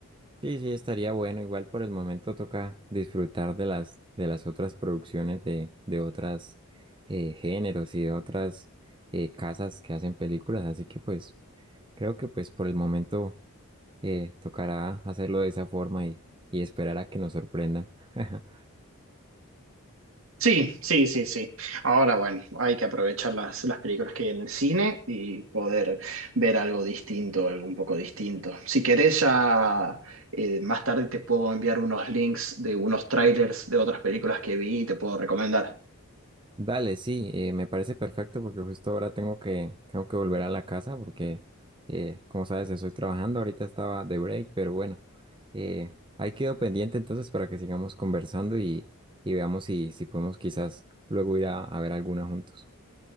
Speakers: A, on the right; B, on the right.
A: Sí, sí, estaría bueno. Igual por el momento toca disfrutar de las, de las otras producciones de, de otras eh, géneros y de otras eh, casas que hacen películas. Así que pues creo que pues por el momento Eh, tocará hacerlo de esa forma y, y esperar a que nos sorprendan. <laughs>
B: Sí, sí, sí, sí. Ahora, bueno, hay que aprovechar las, las películas que hay en el cine y poder ver algo distinto, algo un poco distinto. Si querés, ya eh, más tarde te puedo enviar unos links de unos trailers de otras películas que vi y te puedo recomendar.
A: Dale, sí, eh, me parece perfecto porque justo ahora tengo que, tengo que volver a la casa porque, eh, como sabes, estoy trabajando, ahorita estaba de break, pero bueno, eh, ahí quedo pendiente entonces para que sigamos conversando y, y veamos si, si podemos quizás luego ir a, a ver alguna juntos.